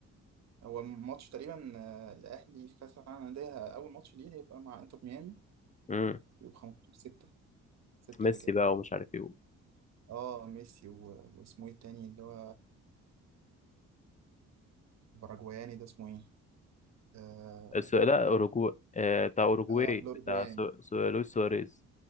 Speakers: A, on the right; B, on the left.
A: هو الماتش تقريبا آه، الاهلي في كاس العالم للانديه اول ماتش ليه هيبقى مع انتر ميامي
B: امم
A: يبقى 15 6 6
B: ميسي
A: اللي جاي
B: بقى ومش عارف ايه
A: اه ميسي و... واسمه ايه التاني اللي هو الباراجواياني ده اسمه ايه؟ اه
B: الس- لا اوروجواي آه بتاع اوروجواي
A: آه،
B: بتاع
A: الاوروجواياني
B: سو... سو... لويس سواريز